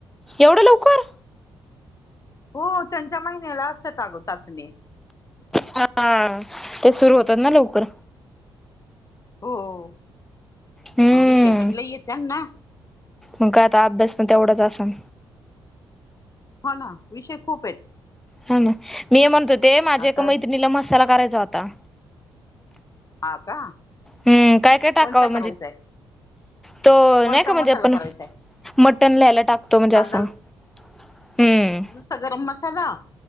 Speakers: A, in the centre; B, on the left.
A: एवढ्या लवकर?
B: हो त्यांच्या महिन्याला असत्यात अ ग चाचणी.
A: हा ते सुरू होतात ना लवकर.
B: हो,
A: हम्म
B: विषय पण लई ए त्यांना?
A: मग काय आता अभ्यास पण तेवढाच आसन.
B: हो ना विषय खूप आहेत.
A: हा ना, मी हे म्हणत होते माझ्या
B: आता
A: एका मैत्रिणीला मसाला करायचा होता.
B: हा का.
A: हम्म, काय, काय टाकावं
B: कोणता
A: म्हणजे
B: करायचाय
A: तो
B: कोणता
A: नाही का म्हणजे
B: मसाला
A: आपण
B: करायचाय
A: मटण ला याला टाकतो म्हणजे
B: कांदा
A: असा? हम्म
B: नुसता गरम मसाला?